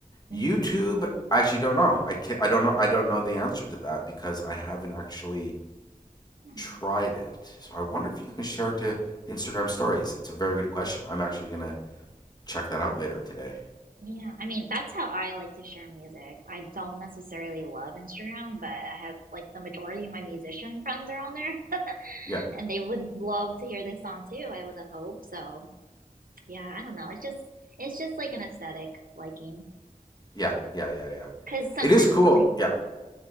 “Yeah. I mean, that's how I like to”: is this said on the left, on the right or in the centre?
Right